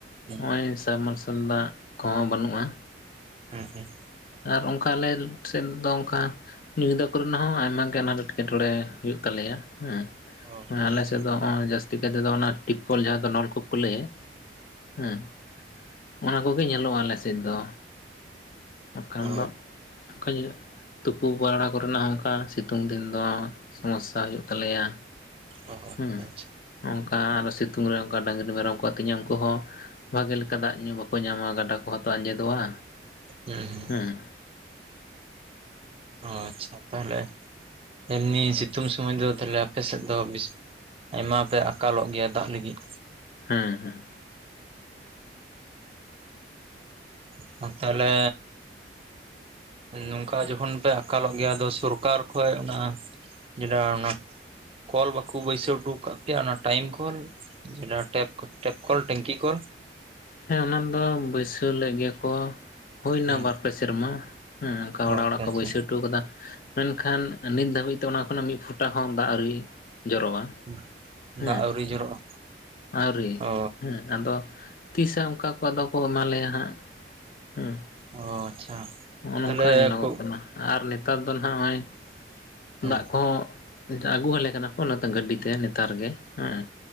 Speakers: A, on the right; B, on the left.
A: ᱦᱩᱸ
B: ᱱᱚᱜᱼᱚᱭ ᱥᱟᱢ ᱢᱟᱨᱥᱟᱞ ᱫᱟᱜ ᱠᱚᱦᱚᱸ ᱵᱟᱹᱱᱩᱜᱼᱟ
A: ᱦᱩᱸ ᱦᱩᱸ
B: ᱟᱨ ᱚᱱᱠᱟ ᱟᱞᱮ ᱥᱮᱫ ᱫᱚ ᱚᱱᱠᱟ ᱧᱤᱫᱟᱹ ᱠᱚᱨᱮᱱᱟᱜ ᱦᱚᱸ ᱟᱭᱢᱟ ᱜᱮ ᱟᱱᱟᱴ ᱮᱸᱴᱠᱮᱴᱚᱬᱮ ᱦᱳᱭᱳᱜ ᱛᱟᱞᱮᱭᱟ ᱦᱮᱸ
A: ᱚ ᱟᱪᱪᱷᱟ
B: ᱟᱞᱮ
A: ᱟᱪᱪᱷᱟ
B: ᱥᱮᱫ ᱫᱚ ᱡᱟᱹᱥᱛᱤ ᱠᱟᱭ ᱛᱮᱫᱚ ᱚᱱᱟ ᱴᱤᱯ ᱠᱚᱞ ᱡᱟᱦᱟᱸ ᱫᱚ ᱱᱚᱞᱠᱩᱯ ᱠᱚ ᱞᱟᱹᱭᱟ ᱦᱮᱸ ᱚᱱᱟ ᱠᱚᱜᱮ ᱧᱮᱞᱚᱜᱼᱟ ᱟᱞᱮᱥᱮᱫ ᱫᱚ ᱵᱟᱠᱷᱟᱱ
A: ᱚ
B: ᱫᱚ <unintelligible> ᱛᱩᱯᱩ ᱯᱟᱲᱟ ᱠᱚᱨᱮᱱᱟᱜ ᱦᱚᱸ ᱚᱱᱠᱟ ᱥᱤᱛᱩᱝ ᱫᱤᱱ ᱫᱚ ᱥᱚᱢᱚᱥᱥᱟ ᱦᱩᱭᱩᱜ ᱛᱟᱞᱮᱭᱟ
A: ᱟᱪᱪᱷᱟ
B: ᱦᱩᱸ
A: ᱟᱪᱪᱷᱟ
B: ᱚᱱᱠᱟ ᱟᱨᱦᱚᱸ ᱥᱤᱛᱩᱝ ᱨᱮ ᱚᱱᱠᱟ ᱰᱟᱹᱝᱨᱤ ᱢᱮᱨᱚᱢ ᱠᱚ ᱟᱹᱛᱤᱧᱟ ᱩᱱᱠᱩ ᱦᱚᱸ ᱵᱷᱟᱜᱮ ᱞᱮᱠᱟ ᱫᱟᱜ ᱧᱩ ᱵᱟᱠᱚ ᱧᱟᱢᱟ ᱜᱟᱰᱟ ᱠᱚᱦᱚᱸ ᱛᱚ ᱟᱸᱡᱮᱫᱚᱜᱼᱟ
A: <unintelligible>
B: ᱦᱮᱸᱻ
A: ᱚ ᱟᱪᱪᱷᱟ ᱛᱟᱦᱚᱞᱮ ᱮᱢᱱᱤ ᱥᱤᱛᱩᱝ ᱥᱚᱢᱚᱭ ᱫᱚ ᱛᱟᱦᱚᱞᱮ ᱟᱯᱮ ᱥᱮᱫ ᱫᱚ ᱵᱤᱥᱼᱼ ᱟᱭᱢᱟ ᱯᱮ ᱟᱠᱟᱞᱚᱜ ᱜᱮᱭᱟ ᱫᱟᱜ ᱞᱟᱹᱜᱤᱫ
B: ᱦᱮᱸ ᱦᱮᱸ
A: <unintelligible> ᱛᱟᱦᱞᱮ ᱱᱚᱝᱠᱟ ᱡᱚᱠᱷᱚᱱ ᱯᱮ ᱟᱠᱟᱞᱚᱜ ᱜᱮᱭᱟ ᱟᱫᱚ ᱥᱚᱨᱠᱟᱨ ᱠᱷᱚᱡ ᱚᱱᱟ <unintelligible> ᱚᱱᱟ ᱠᱚᱞ ᱵᱟᱠᱚ ᱵᱟᱹᱭᱥᱟᱹᱣ ᱦᱚᱴᱚ ᱟᱠᱟᱫ ᱯᱮᱭᱟ ᱚᱱᱟ ᱴᱟᱭᱤᱢ ᱠᱚᱞ <unintelligible> ᱴᱮᱯ ᱠᱚᱞ ᱴᱮᱝᱠᱤ ᱠᱚᱞ
B: ᱦᱮᱸ ᱚᱱᱟ ᱫᱚ ᱵᱟᱹᱭᱥᱟᱹᱣ ᱞᱮᱫ ᱜᱮᱭᱟ ᱠᱚ ᱦᱩᱭ ᱮᱱᱟ
A: ᱦᱩᱸ
B: ᱵᱟᱨ ᱯᱮ ᱥᱮᱨᱢᱟ ᱦᱩᱸ ᱚᱱᱠᱟ
A: ᱚ
B: ᱚᱲᱟᱜ
A: ᱟᱪᱪᱷᱟ
B: ᱚᱲᱟᱜ ᱠᱚ
A: ᱟᱪᱪᱷᱟ
B: ᱵᱟᱹᱭᱥᱟᱹᱣ ᱦᱚᱴᱚ ᱟᱠᱟᱫᱟ ᱢᱮᱱᱠᱷᱟᱱ ᱱᱤᱛ ᱫᱷᱟᱹᱵᱤᱡ ᱛᱮ ᱚᱱᱟ ᱠᱷᱚᱱᱟᱜ ᱢᱤᱫ ᱯᱷᱚᱴᱟ ᱦᱚᱸ ᱫᱟᱜ ᱟᱹᱣᱨᱤ ᱡᱚᱨᱚᱜᱼᱟ
A: <inaudible>
B: ᱦᱮᱸ
A: ᱡᱚᱨᱚᱜᱼᱟ
B: ᱟᱹᱣᱨᱤ
A: ᱚ
B: ᱦᱮᱸ ᱟᱫᱚ ᱛᱤᱥ ᱦᱟᱸᱜ ᱚᱱᱠᱟ ᱠᱚ ᱟᱫᱚ ᱠᱚ ᱮᱢᱟ ᱞᱮᱭᱟ ᱦᱟᱸᱜ ᱦᱩᱸᱻ
A: ᱚᱻ ᱟᱪᱪᱷᱟ
B: ᱱᱚᱜᱼᱚ ᱱᱚᱝᱠᱟ
A: ᱛᱟᱦᱚᱞᱮ
B: ᱧᱮᱞᱚᱜᱚᱜ
A: ᱠᱚ
B: ᱠᱟᱱᱟ ᱟᱨ ᱱᱮᱛᱟᱨ ᱫᱚ ᱱᱷᱟᱜ ᱱᱚᱜᱼᱚᱭ
A: ᱦᱩᱸ
B: ᱫᱟᱜ ᱠᱚᱦᱚᱸ ᱟᱹᱜᱩ ᱣᱟᱞᱮ ᱠᱟᱱᱟ ᱠᱚ ᱚᱱᱟ ᱛᱮ ᱜᱟᱹᱰᱤ ᱛᱮ ᱱᱮᱛᱟᱨ ᱜᱮ ᱦᱮᱸ